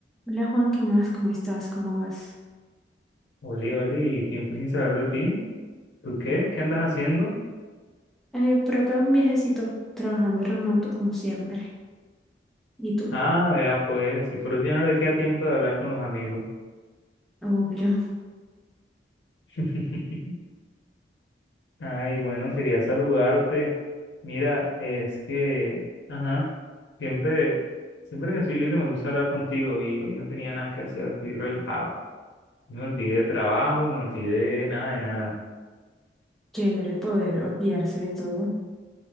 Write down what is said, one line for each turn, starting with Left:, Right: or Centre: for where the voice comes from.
Centre: Hola Juan, ¿qué más? ¿Cómo estás? ¿Cómo vas?
Left: Oli, Oli, tiempo sin saber de ti. ¿Tú qué? ¿Qué andas haciendo?
Centre: Eh, por acá un viajecito, trabajando remoto como siempre. ¿Y tú?
Left: Ah, vea pues, y por eso ya no le queda tiempo de hablar con los amigos.
Centre: Obvio,
Left: <laughs> Ay, bueno, quería saludarte. Mira, es que, ajá, siempre, siempre que estoy libre me gusta hablar contigo y hoy no tenía nada que hacer, estoy relajado. Me olvidé de trabajo, me olvidé de nada de nada.
Centre: <laughs> chévere poder olvidarse de todo.